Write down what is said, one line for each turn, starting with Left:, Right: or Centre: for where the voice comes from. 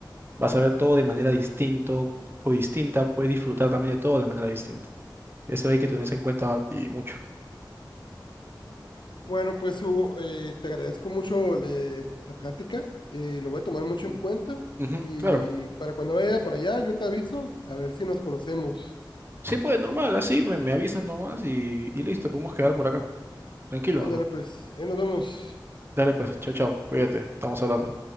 Right: Vas a ver todo de manera distinto o distinta, puedes disfrutar también de todo de manera distinta. Eso hay que tenerse en cuenta y mucho.
Left: Bueno, pues Hugo, eh, te agradezco mucho le- la plática, eh, lo voy a tomar mucho
Right: Mm,
Left: en cuenta
Right: ujú,
Left: y
Right: claro.
Left: para cuando vaya para allá yo te aviso, a ver si nos conocemos.
Right: Sí, pues normal, así me, me avisas nomás y, y listo, podemos quedar por acá. Tranquilo
Left: Ándale,
Right: nomás.
Left: pues, ahí nos vemos.
Right: Dale pues, chao, chao, cuídate, estamos hablando.